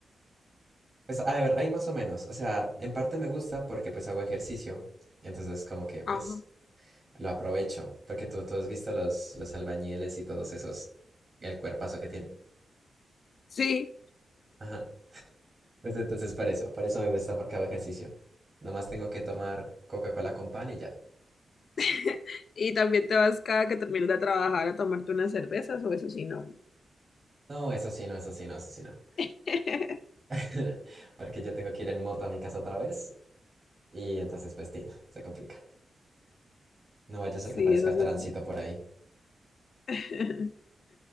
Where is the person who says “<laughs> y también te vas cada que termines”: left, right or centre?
Left